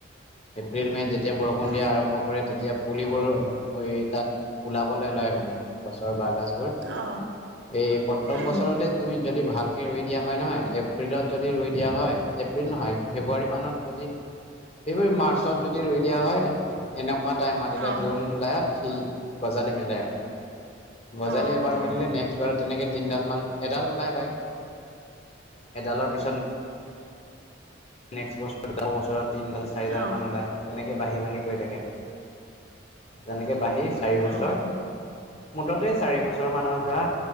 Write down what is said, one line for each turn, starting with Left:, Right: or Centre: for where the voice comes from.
Left: এপ্ৰিল মে যেতিয়া তেতিয়া বৰষুণ
Right: অ
Left: দিয়া আৰম্ভ কৰে তেতিয়া পুলিবোৰো এই তাত ওলাবলৈ লয় মান গছৰ বাঁহগাজ
Right: অ
Left: এই প্ৰথম
Right: উম
Left: বছৰতে তুমি যদি ভাল ৰুই দিয়া হয় নহয় এপ্ৰিলত যদি ৰুই দিয়া হয়। এপ্ৰিল নহয় ফেব্ৰুৱাৰী মানত যদি ফেব্ৰুৱাৰী মাৰ্চত যদি ৰুই দিয়া হয় এনে। নেুৱা টাইমত এতিয়া
Right: অ
Left: জুন জুলাইত সঠিক গজালি মিলে আৰু
Right: অ',
Left: গজালি এবাৰ মেলিলে নে্স বাৰ তেনেকে তিনিডালমান এডাল ওলাই লয় এডালৰ পিছত। নেক্সট বছৰ য বছ তিডাল চাৰিডাল
Right: অ',
Left: মান ওলায় তেনেকে। বাঢ়ি বাঢ়ি গৈ থাকে যেনেকে বাঢ়ি চাৰি বছৰ।
Right: অ',
Left: মুঠতে চাৰি বছৰ মানৰ পৰা